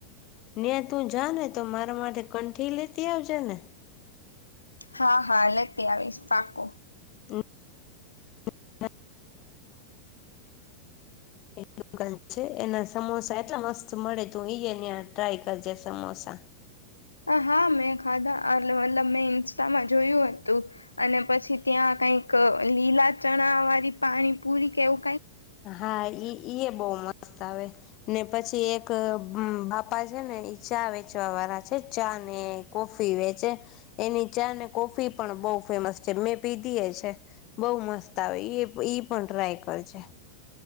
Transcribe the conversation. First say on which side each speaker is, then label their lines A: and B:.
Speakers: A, on the left (about 40°); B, on the left (about 80°).
A: ન્યા તું જાને તો મારા માટે કંઠી લેતી આવજેને
B: હા, હા, લેતી આવીશ. પાક્કુ.
A: <unintelligible> દુકાન છે, એના સમોસા એટલા મસ્ત મળે તું એ એના ટ્રાય કરજે સમોસા
B: એ હા મેં ખાધા એટલે મતલબ મેં ઇન્સ્ટામાં જોયું હતું અને પછી ત્યાં કઈક લીલા ચણા વાળી પાણી પૂરી કે એવુ
A: હા, ઈ એ બો મસ્ત આવે, ને પછી એક બાપા છ, ને ચા વેચવા વાળા છે. એ ચા ને કોફી વેચે, એની ચા ને કોફી પણ બો ફેમસ છે, મેં પીધી એ છે, બોવ મસ્ત આવે, એ ઈ પણ ટ્રાય કરજે